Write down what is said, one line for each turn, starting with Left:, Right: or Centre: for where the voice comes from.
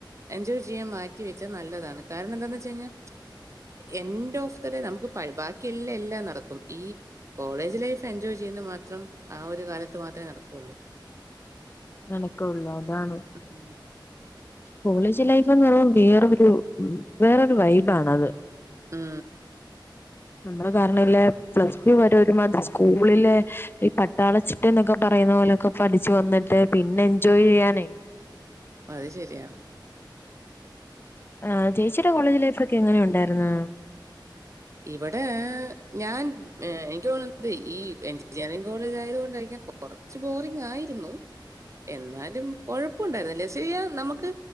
Right: എൻജോയ് ചെയ്യാൻ മാറ്റി വെച്ചാ നല്ലതാണ്. കാരണം എന്താന്ന് വെച്ച് കഴിഞ്ഞാ എന്റ് ഓഫ് ദ ഡേ നമുക്ക് പഴി ബാക്കിയെല്ലാം എല്ലാം നടക്കും ഈ കോളേജ് ലൈഫ് എൻജോയ് ചെയ്യ്ന്നെ മാത്രം ആ ഒരു കാലത്ത് മാത്രേ നടക്കൊള്ളു
Left: നടക്കുയൊള്ളു അതാണ്.
Right: ഉം.
Left: കോളേജ് ലൈഫ്ന്ന് പറിയുമ്പോ വേറൊരു വേറൊരു വൈബ് ആണ് അത്
Right: ഉം
Left: നമ്മള് കാരണല്ലെ പ്ലസ് ടു വരെ ഒരു മാദ്‌രി സ്കൂളിലെ ഈ പട്ടാളച്ചിട്ടേ എന്നൊക്കെ പറ യുന്ന പോലൊക്കെ പഠിച്ചു വന്നിട്ട് പിന്നെ എൻജോയ് ചെയ്യാനേ
Right: അത് ശെരിയാ.
Left: ആഹ് ചേച്ചിടെ കോളേജ് ലൈഫൊക്കെ എങ്ങനെ ഉണ്ടായിരുന്നു?
Right: ഇവടെ ഞാൻ എനിക്ക് തോന്നത് ഈ എഞ്ചിനീയറിങ് കോളേജ് ആയത് കൊൊണ്ടരിക്ക കൊറച്ച് ബോറിംഗ ആ ആ എന്നാലും കൊഴപ്പുണ്ടായിരുന്നില്ലേ ശ നമുക്ക്